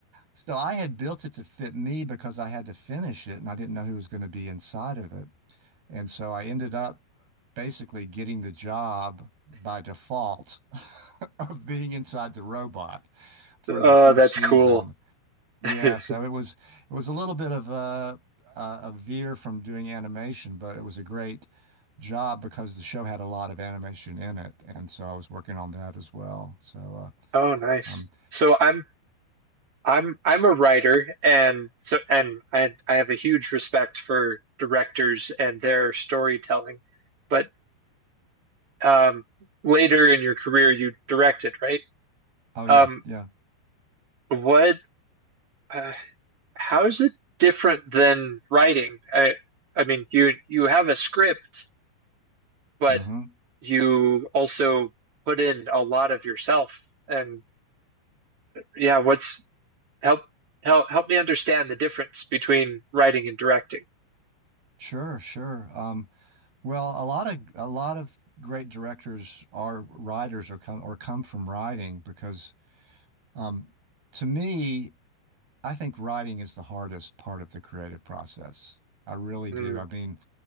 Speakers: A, on the right; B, on the right.
A: so I had built it to fit me because I had to finish it and I didn't know who was going to be inside of it. And so I ended up basically getting the job by default <laughs> of being inside the robot for
B: oh,
A: the first
B: that's
A: season.
B: cool.
A: Yeah,
B: <laughs>
A: so it was it was a little bit of a a, a veer from doing animation, but it was a great job because the show had a lot of animation in it, and so I was working on that as well. So
B: Oh, nice.
A: uh, um,
B: So I'm I'm I'm a writer and so and I I have a huge respect for directors and their storytelling. But um later in your career you directed, right?
A: oh yeah,
B: Um
A: yeah.
B: what uh, how is it different than writing? I I mean you you have a script, but
A: hmm
B: you also put in a lot of yourself. And yeah, what's help help help me understand the difference between writing and directing.
A: Sure, sure. Um, Well, a lot of a lot of great directors are writers or come or come from writing because um, to me, I think writing is the hardest part of the creative process. I really do.
B: Mm,
A: I mean,